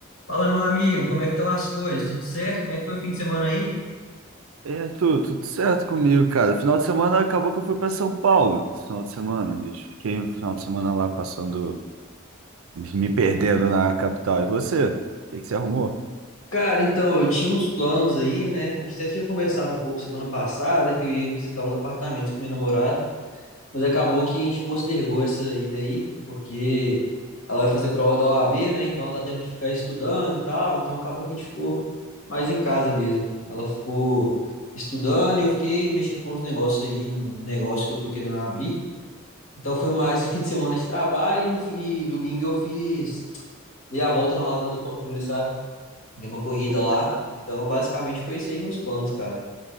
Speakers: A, on the left (about 80°); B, on the right (about 80°).
A: Fala, meu amigo, como é que estão as coisas? Tudo certo? Como é que foi o fim de semana aí?
B: E Arthur, tudo certo comigo, cara. Final de semana acabou que eu fui para São Paulo. Esse final de semana, bicho. Fiquei o final de semana lá passando, me perdendo na capital. E você? O que que você arrumou?
A: Cara, então, eu tinha uns planos aí, né? A gente até tinha conversado um pouco semana passada que eu ia visitar uns apartamentos com minha namorada, mas acabou que a gente postergou essa ida aí, porque ela vai fazer prova da OAB, né? Então ela tá tendo que ficar estudando e tal, então acabou que a gente ficou mais em casa mesmo. Ela ficou estudando e eu fiquei mexendo com os negócios aí de um negócio que eu tô querendo abrir. Então foi mais o fim de semana de trabalho e, no, fi- e domingo eu fiz. Dei a volta na Lagoa da Pampulha, sabe? Dei uma corrida
B: Pô,
A: lá.
B: cara.
A: Então, basicamente foi isso aí meus planos, cara.